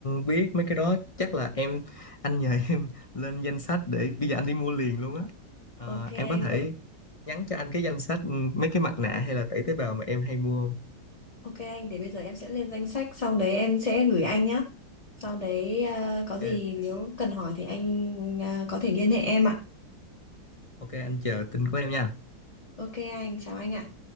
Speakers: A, on the left (about 35°); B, on the left (about 20°).
A: biết mấy cái đó chắc là em anh nhờ em <laughs> lên danh sách để bây giờ anh đi mua liền luôn á Ờ,
B: ok
A: em có
B: anh
A: thể
B: vậy
A: nhắn cho anh cái danh sách ừ, mấy cái mặt nạ hay là tẩy tế bào mà em hay mua không
B: ok anh để bây giờ em sẽ lên danh sách xong đấy em sẽ gửi anh nhá sau đấy ờ, có gì
A: ok
B: nếu cần hỏi thì anh ờ, có thể liên hệ em ạ
A: ok anh chờ tin của em nha
B: ok anh chào anh ạ